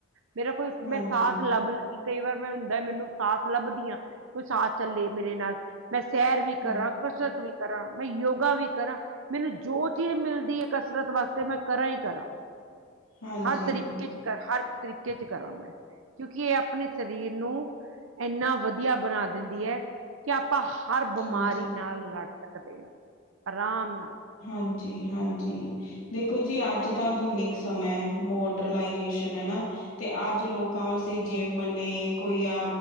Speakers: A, on the right; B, on the left.
A: ਮੇਰਾ ਕੋਈ
B: ਹਾਂਜੀ,
A: ਮੈਂ ਸਾਥ ਲੱਭ ਲ ਕਈ ਵਾਰ ਮੈਂ ਹੁੰਦਾ ਮੈਨੂੰ ਸਾਥ ਲੱਭਦੀ ਹਾਂ ਕੋਈ ਸਾਥ ਚੱਲੇ ਮੇਰੇ ਨਾਲ ਮੈਂ ਸੈਰ ਵੀ ਕਰਾਂ,
B: ਹਾਂ,
A: ਕਸਰਤ ਵੀ ਕਰਾਂ, ਮੈਂ ਯੋਗਾ ਵੀ ਕਰਾਂ। ਮੈਨੂੰ ਜੋ ਚੀਜ਼ ਮਿਲਦੀ ਏ ਕਸਰਤ ਵਾਸਤੇ ਮੈਂ ਕਰਾਂ ਹੀ ਕਰਾਂ।
B: ਹਾਂਜੀ,
A: ਹਰ ਤਰੀਕੇ ਚ ਹਰ ਇੱਕ ਤਰੀਕੇ ਚ ਕਰਾਂ, ਮੈਂ ਕਿਉਂਕਿ ਇਹ ਆਪਣੇ ਸਰੀਰ ਨੂੰ ਇੰਨਾ ਵਧੀਆ ਬਣਾ ਦਿੰਦੀ ਹੈ ਕਿ ਆਪਾਂ ਹਰ ਬਿਮਾਰੀ
B: ਹਾਂਜੀ।
A: ਨਾਲ ਲੜ ਸਕਦੇ ਆ ਆਰਾਮ ਨਾਲ
B: ਹਾਂਜੀ ਹਾਂਜੀ ਦੇਖੋ ਜੀ ਅੱਜ ਤਾਂ ਆਧੁਨਿਕ ਸਮਾਂ ਮੋਡਰਲਾਈਜੇਸ਼ਨ ਹੈ ਨਾ ਤੇ ਅੱਜ ਲੋਕਾਂ ਵਾਸਤੇ ਜਿੰਮ ਨੇ ਕੋਈ ਆ